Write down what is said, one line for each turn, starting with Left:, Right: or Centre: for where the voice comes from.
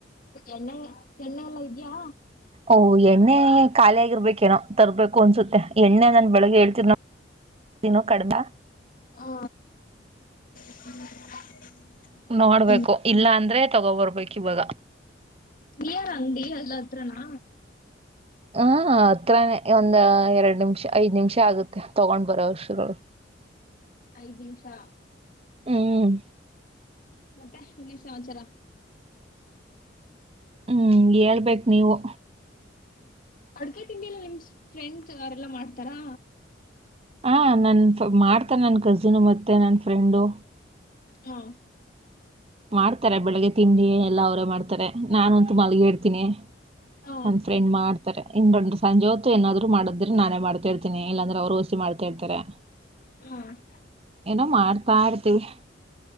Left: ಎಣ್ಣೆ ಎಣ್ಣೆ ಎಲ್ಲಾ ಇದ್ಯಾ
Right: ಓಹ ಎಣ್ಣೆ ಖಾಲಿ ಆಗಿರ್ಬೇಕೇನೋ ತರ್ಬೇಕು ಅನ್ಸುತ್ತೆ ಎಣ್ಣೆ ನಾನ್ ಬೆಳಗ್ಗೆ ಹೇಳ್ತರ್ ದಿನೋ ಕಡಮ
Left: ಹ <unintelligible>
Right: ನೋಡ್ಬೇಕು
Left: ಹ್ಮ್
Right: ಇಲ್ಲ ಅಂದ್ರೆ ತಗೋಬರ್ಬೇಕು ಇವಾಗ
Left: ನಿಯರ್ ಅಂಗಡಿ ಅಲ್ಲ ಅತ್ರನಾ
Right: ಹಾ ಹತ್ರಾನೇ ಒಂದ ಎರಡ್ ನಿಮಿಷ ಐದ್ ನಿಮಿಷ ಆಗುತ್ತೆ ತಗೊಂಡ್ ಬರೋ ವಸ್ಟ
Left: ಐದ್ ನಿಮ್ಸಾ
Right: ಹ್ಮ್
Left: ಮತ್ತೆ ಇನ್ನೇನು ಸಮಾಚಾರ
Right: ಹ್ಮ್ ಹೇಳ್ಬೇಕ್ ನೀವು.
Left: ಅಡ್ಗೆೆ ತಿಂಡಿ ಎಲ್ಲ ನಿಮ ಫ್ರೆಂಡ್ ಅವರೆಲ್ಲಾ ಮಾಡ್ತಾರಾ.
Right: ಹ ನನ್ ಮಾಡ್ತ ನನ್ ಕಜಿನ್ ಮತ್ತೆ ನನ್ ಫ್ರೆಂಡು.
Left: ಹಾ.
Right: ಮಾಡ್ತಾರೆ ಬೆಳಗ್ಗೆ ತಿಂಡಿ ಎಲ್ಲ ಅವರೇ ಮಾಡ್ತಾರೆ ನಾನುಂತು ಮಲ್ಗೀರ್ತೀನಿ.
Left: ಹ
Right: ನನ್ ಫ್ರೆಂಡ್ ಮಾಡ್ತಾರೆ. ಇಂದೊಂದ್ ಸಂಜೆ ಹೊತ್ತು ಏನಾದ್ರು ಮಾಡಿದ್ರೆ ನಾನೇ ಮಾಡ್ತಾ ಇತನಿ ಇಲ್ಲಾಂದ್ರೆ ಅವರು ಹೊಸಿ ಮಾಡ್ತಾ ಇರ್ತಾರೆ.
Left: ಹ ಹ
Right: ಏನೋ ಮಾಡ್ತಾ ಇರ್ತೀವಿ.